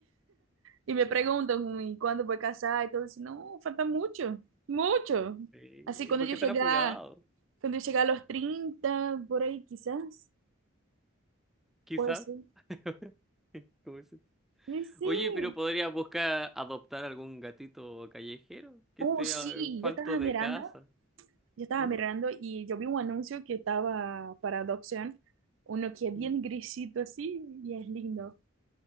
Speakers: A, on the right; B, in the centre.
A: Y me preguntan, ¿y cuándo voy a casar? Y todo eso, no, falta mucho, mucho.
B: Sí,
A: Así, cuando
B: ¿y ¿Por
A: yo
B: qué
A: llegar,
B: tan apurado?
A: cuando yo llegar a los 30 por ahí quizás,
B: Quizás.
A: puede ser.
B: <laughs> ¿Cómo dices?
A: Sí, sí.
B: Oye, pero podrías buscar adoptar algún gatito callejero que
A: Oh,
B: esté
A: sí,
B: eh, falto
A: yo estaba
B: de
A: mirando,
B: casa.
A: yo estaba
B: <laughs>
A: mirando y yo vi un anuncio que estaba para adopción, uno que es bien
B: Mm,
A: grisito así y es lindo.